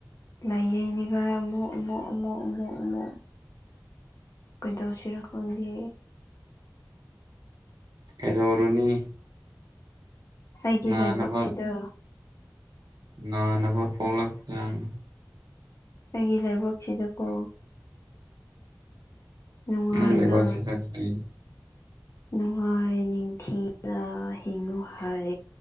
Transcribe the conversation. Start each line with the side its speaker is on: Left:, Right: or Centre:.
Left: ꯂꯩꯥꯌꯦꯡꯅꯤꯒꯥꯏ ꯑꯃꯨꯛ ꯑꯃꯨꯛ ꯑꯃꯨꯛ ꯑꯃꯨꯛ ꯑꯃꯨꯛ ꯀꯩꯗꯧꯁꯤꯔ ꯈꯪꯗꯦ
Right: ꯀꯩꯗꯧꯔꯨꯅꯤ
Left: ꯑꯩꯒꯤ
Right: ꯅꯥꯅꯕ
Left: ꯂꯥꯏꯕꯛꯁꯤꯗ
Right: ꯅꯥꯅꯕ ꯄꯣꯛꯂꯛꯄ ꯖꯥꯠꯅꯤ
Left: ꯑꯩꯒꯤ ꯂꯥꯏꯕꯛꯁꯤꯗꯤꯀꯣ ꯅꯨꯡꯉꯥꯏꯅ
Right: ꯅꯣꯏ ꯂꯩꯕꯥꯛꯁꯤꯗ ꯀꯔꯤ
Left: ꯅꯨꯡꯉꯥꯏ ꯅꯤꯡꯊꯤꯅ ꯍꯤꯡꯉꯨ ꯍꯥꯏ